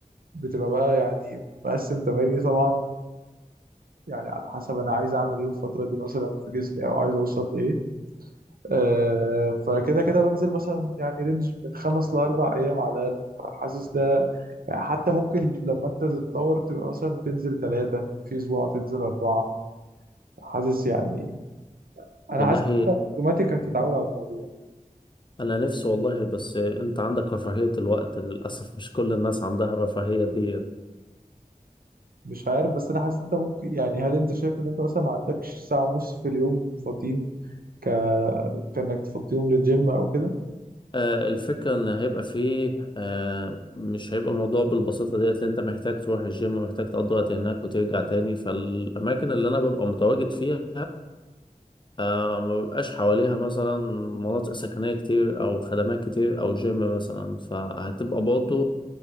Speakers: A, on the right; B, on the left.
A: بتبقى بقى يعني مقسم تماريني طبعا يعني على حسب انا عايز اعمل ايه الفتره دي مثلا في جسمي او عايز اوصل لايه آه فكده كده بنزل مثلا يعني رينج من خمس لاربع ايام على الاقل فحاسس ده يعني حتى ممكن لما انت تتطور تبقى مثلا تنزل ثلاثه في اسبوع تنزل اربعه حاسس يعني
B: والله
A: انا حاسس ان انت اوتوماتيك هتتعود على الموضوع
B: انا نفسي والله بس انت عندك رفاهية الوقت للاسف مش كل الناس عندها الرفاهية ديت
A: مش عارف بس انا حاسس إن انت ممكن يعني هل انت شايف ان انت مثلا ما عندكش ساعه ونص في اليوم فاضيين ك كانك تفضيهم للجيم او كده
B: آه الفكرة ان هيبقى فيه آه مش هيبقى الموضوع بالبساطة ديت لان انت محتاج تروح الجيم ومحتاج تقضي وقت هناك وترجع تاني فالاماكن اللي انا ببقى متواجد فيها آه ما بيبقاش حواليها مثلا مناطق سكنية كتير أو خدمات كتير أو جيم مثلا فهتبقى برضه